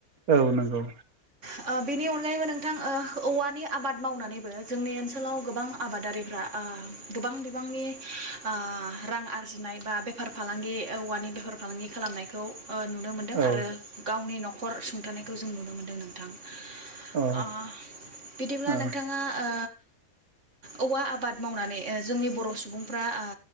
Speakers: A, on the right; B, on the right.
A: औ नंगौ
B: ओ बिनि अनगायैबो नोंथां ओ औवानि आबाद मावनानैबो जोंनि ओनसोलाव गोबां आबादारिफ्रा ओ गोबां बिबांनि ओ रां आरजिनाय बा बेफार फालांगि औवानि बेफार फालांगि खालामनायखौ ओ नुनो मोनदों
A: औ
B: आरो गावनि नख खर सुंथानायखौ जों नुनो मोन्दों नोंथां ओ
A: अ
B: बिदिब्ला
A: औ
B: नोंथाङा ओ औवा आबाद मावनानै ओ जोंनि बर' सुबुंफ्रा ओ